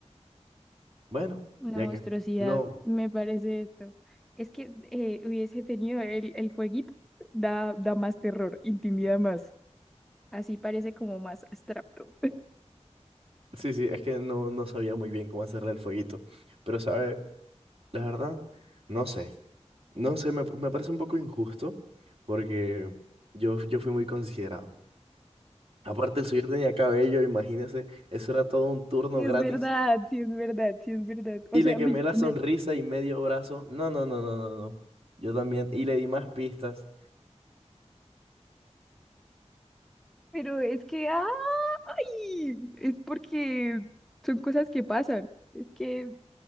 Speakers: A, on the right; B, in the centre.
A: Bueno,
B: Una
A: ya
B: monstruosidad,
A: que. No.
B: me parece esto. Es que eh, hubiese tenido el, el fueguito, da, da más terror, intimida más. Así parece como más abstracto. <laughs>
A: Sí, sí, es que no, no sabía muy bien cómo hacerle el fueguito. Pero, ¿sabe? La verdad, no sé. No sé, me, me parece un poco injusto porque yo, yo fui muy considerado. Aparte, el suyo tenía cabello, imagínese, eso era todo un turno
B: Sí,
A: gratis.
B: es verdad, sí, es verdad, sí, es verdad. O
A: Y
B: sea,
A: le quemé
B: me,
A: la
B: me-
A: sonrisa y medio brazo. No, no, no, no, no, no. Yo también. Y le di más pistas.
B: pero es que, ¡ah! ¡ay! Es porque son cosas que pasan. Es que